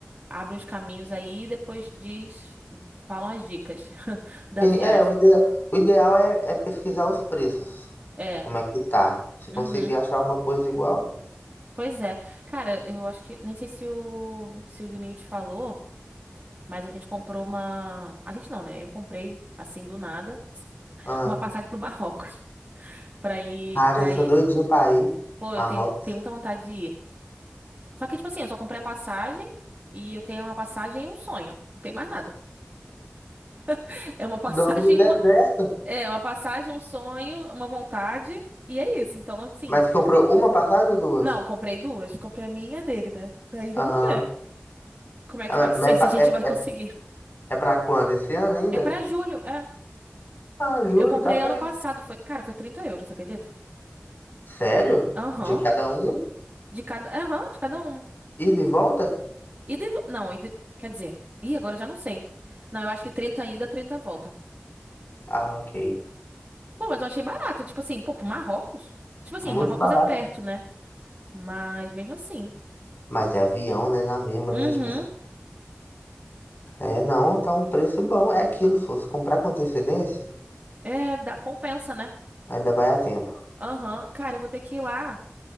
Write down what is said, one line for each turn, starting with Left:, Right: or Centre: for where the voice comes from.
Right: abrem os caminhos aí e depois diz, falam as dicas <laughs> da
Left: sim,
Right: viagem.
Left: é, o, ide, o ideal é, é pesquisar os preços,
Right: É.
Left: como é que tá. Se
Right: Uhum.
Left: conseguir achar uma coisa igual.
Right: Pois é. Cara, eu acho que. Nem sei se o, se o Juninho te falou, mas a gente comprou uma. A gente não, né? Eu comprei, assim, do nada,
Left: Ah,
Right: uma passagem pro Marrocos. <laughs> Pra ir.
Left: cara,
Right: Pra
Left: eu sou
Right: ir.
Left: doidinho pra ir.
Right: Pô, eu
Left: Marrocos.
Right: tenho, tenho muita vontade de ir. Só que, tipo assim, eu só comprei a passagem e eu tenho uma passagem e um sonho. Não tem mais nada. <laughs> É uma passagem,
Left: Dorme no deserto.
Right: uma. É, uma passagem, um sonho, uma vontade. E é isso. Então, assim.
Left: Mas comprou uma passagem ou duas?
Right: Não, comprei duas. Comprei a minha e a dele, né? Daí vamos
Left: Aham.
Right: ver como é
Left: Ah,
Right: que
Left: Mas
Right: vai ser,
Left: mas é,
Right: se
Left: pra-
Right: a gente
Left: é,
Right: vai conseguir.
Left: é, é pra quando? Esse ano ainda?
Right: É pra julho, é.
Left: Ah, julho,
Right: Eu comprei
Left: tá perto.
Right: ano passado, foi, cara, foi 30 euros, você acredita?
Left: Sério?
Right: Aham,
Left: De cada um?
Right: de cada, aham, de cada uma.
Left: E de volta?
Right: E de, não, e de, quer dizer, ih, agora eu já não sei. Não, eu acho que 30 ida, 30 volta.
Left: Ah, ok.
Right: Pô, mas eu achei barato, tipo assim, pô, pro Marrocos? Tipo assim,
Left: Muito
Right: o Marrocos
Left: barato.
Right: é perto, né? Mas mesmo assim.
Left: Mas é avião, né? Na mesma, né?
Right: Uhum.
Left: Tipo assim. É, não, tá um preço bom. É aquilo. Se você comprar com antecedência,
Right: É, dá compensa, né?
Left: ainda vai a tempo.
Right: Aham. Cara, eu vou ter que ir lá